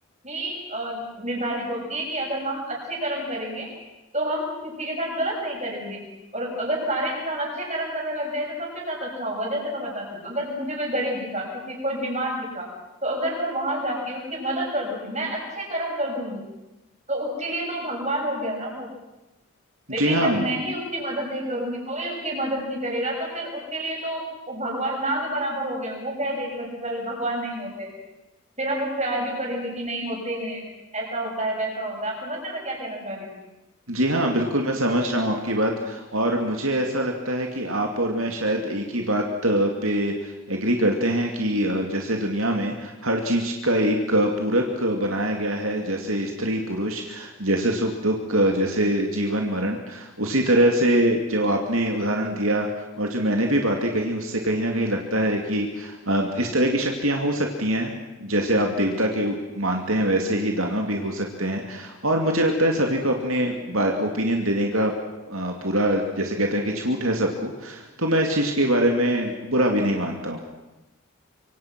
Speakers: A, on the right (about 35°); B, on the right (about 80°).
A: ही अ, निर्धारित होती है कि अगर हम अच्छे कर्म करेंगे तो हम किसी के साथ गलत नहीं करेंगे और अगर सारे इंसान अच्छे कर्म करने लग जाए तो सबके साथ अच्छा होगा जैसे मैं बताती हूँ अगर मुझे कोई गरीब दिखा किसी कोई बीमार दिखा तो अगर मैं वहां जाके उसकी मदद कर दूंगी मैं अच्छे कर्म कर दूंगी तो उसके लिए तो भगवान हो गया ना वो लेकिन
B: जी हाँ
A: जब मैं ही उसकी मदद नहीं करूंगी कोई उसकी मदद नहीं करेगा तो फिर उसके लिए तो वो भगवान ना के बराबर हो गए वो कह देगा कि कल भगवान नहीं होते फिर हम उस पे आर्ग्यू करेंगे कि नहीं होते हैं ऐसा होता है वैसा होता है आप समझ रहे हैं मैं क्या कहना चाह रही हूँ
B: जी हाँ बिल्कुल मैं समझ रहा हूँ आपकी बात और मुझे ऐसा लगता है कि आप और मैं शायद एक ही बात अ, पे एग्री करते हैं कि अ, जैसे दुनिया में हर चीज का एक अ, पूरक अ, बनाया गया है जैसे स्त्री पुरुष जैसे सुख दुख अ, जैसे जीवन मरण उसी तरह से जो आपने उदाहरण दिया और जो मैंने भी बातें कही उससे कहीं ना कहीं लगता है कि अ, इस तरह की शक्तियाँ हो सकती हैं जैसे आप देवता के मानते हैं वैसे ही दानव भी हो सकते हैं और मुझे लगता है सभी को अपने ओपिनियन देने का अ, पूरा जैसे कहते हैं कि छूट है सबको तो मैं इस चीज़ के बारे में बुरा भी नहीं मानता हूँ